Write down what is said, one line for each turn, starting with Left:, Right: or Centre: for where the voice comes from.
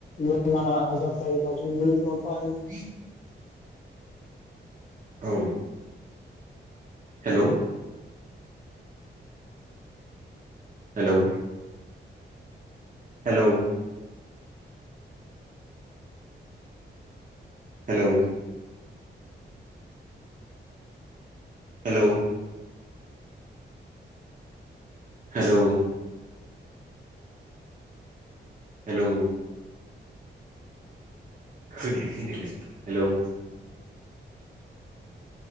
Left: बेमारा आजार जायोबा जों मुलिफोराव बाहायो
Right: <inaudible> औ hello hello hello hello hello hello hello खोनायाखै होनदो लै हेलौ